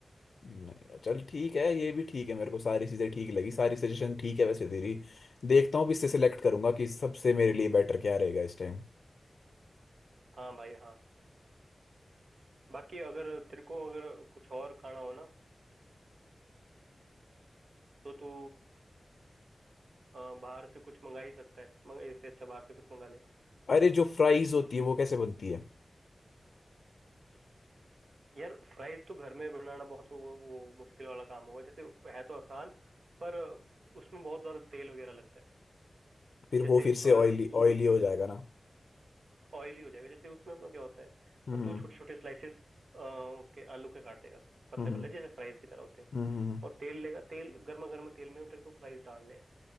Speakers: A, on the left; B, on the right.
A: नहीं चल ठीक है ये भी ठीक है मेरे को सारी चीजें ठीक लगी सारी सजेशन ठीक है वैसे तेरी देखता हूँ भी इससे सेलेक्ट करूंगा कि सबसे मेरे लिए बेटर क्या रहेगा इस टाइम
B: हाँ भाई हाँ बाकी अगर तेरे को अगर कुछ और खाना हो ना तो तू अ, बाहर से कुछ मंगा ही सकता है मग इससे अच्छा बाहर से कुछ मंगा ले
A: अरे जो फ्राइज होती है वो कैसे बनती है
B: यार फ्राइज तो घर में बनाना बहुत वो, वो मुश्किल वाला काम होगा जैसे है तो आसान पर उसमें बहुत ज्यादा तेल वगैरह लगता है
A: फिर
B: जैसे
A: वो फिर से
B: अगर
A: ऑयली
B: तू
A: ऑयली
B: छोट
A: हो जाएगा ना
B: ऑयली हो जाएगा जैसे उसमें बताऊँ क्या होता है
A: हम्म
B: और तू छोटे छोटे स्लाइसेस उसके आलू के काट देगा पतले
A: हम्म
B: पतले जैसे फ्राइज की तरह होते हैं
A: हम्म
B: और तेल लेगा तेल गर्मा गर्म तेल में वो तेरे को फ्राइज डालने हैं